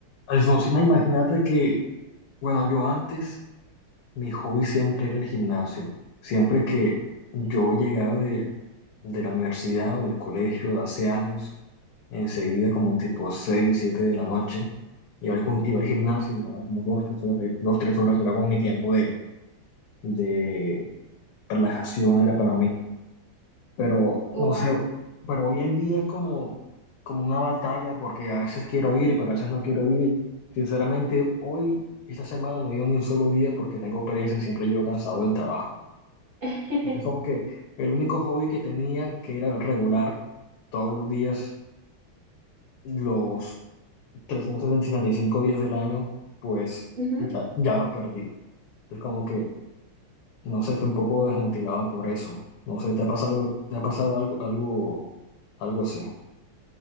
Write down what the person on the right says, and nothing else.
Wow.
<laughs>
Ujú.